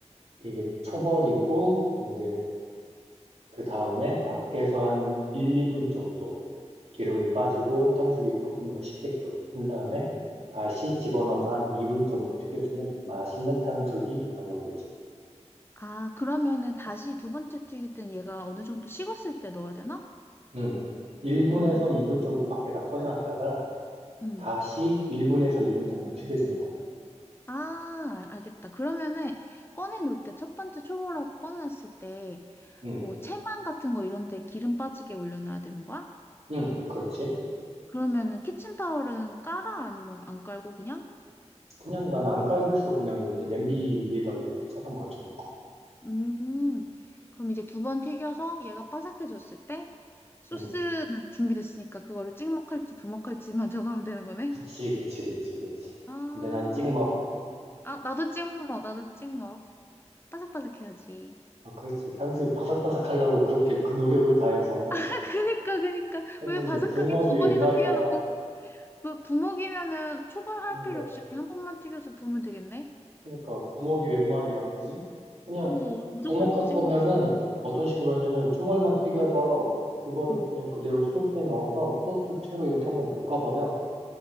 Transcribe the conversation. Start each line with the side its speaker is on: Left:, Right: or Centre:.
Right: 이게 초벌이고, 이제 그 다음에 밖에서 한 1, 2분 정도 기름이 빠지고 탕수육이 조금 더 식게끔 한 다음에 다시 집어넣어서 한 2분 정도 튀겨주면 맛있는 탕수육이 완성되지.
Left: 아, 그러면은 다시 두 번째 튀길 땐 얘가 어느 정도 식었을 때 넣어야 되나?
Right: 음. 1분에서
Left: 음.
Right: 2분 정도 밖에다 꺼내놨다가
Left: 음.
Right: 다시 1분에서 2분 정도 튀겨주는 거야.
Left: 아, 알- 알겠다. 그러면은 꺼내놓을 때 첫 번째 초보라고 꺼내놨을 때
Right: 응,
Left: 뭐 체만 같은 거 이런 데 기름 빠지게 올려놔야 되는 거야?
Right: 응, 그렇지.
Left: 그러면은 키친타월은 깔아? 아니면 안 깔고 그냥?
Right: 그냥 난 안 깔고 있어. 그냥 이렇게 냄비 위에다가 이렇게 채반 걸쳐놓고.
Left: 음. 그럼 이제 두 번 튀겨서 얘가 바삭해졌을 때 소스는
Right: 응,
Left: 준비됐으니까 그거를 찍먹할지 부먹할지만 <laughs> 정하면 되는 거네?
Right: 그치, 그치, 그치, 그치.
Left: 아,
Right: 근데 난 찍먹.
Left: 아, 나도 찍먹, 나도 찍먹. 바삭바삭해야지.
Right: 아, 그렇지. 탕수육 바삭바삭 하려고 그렇게 그 노력을 다해서
Left: <laughs> 그니까, 그니까.
Right: 했는데
Left: 왜 바삭하게
Right: 부먹이
Left: 두
Right: 웬
Left: 번이나
Right: 말이야.
Left: 튀겨놓고 뭐 부먹이면은 초벌할
Right: 그러니까
Left: 필요 없이 그냥 한 번만 튀겨서 부으면 되겠네?
Right: 그러니까 부먹이 웬 말이야, 그지? 그냥
Left: 어, 무조건
Right: 부먹할
Left: 찍는
Right: 거면은 어떤 식으로 하냐면 초벌만 튀겨서 그거를
Left: 거. 어.
Right: 그냥 그대로 소스에 넣어서 소스 채로 이렇게 한번 볶아버려.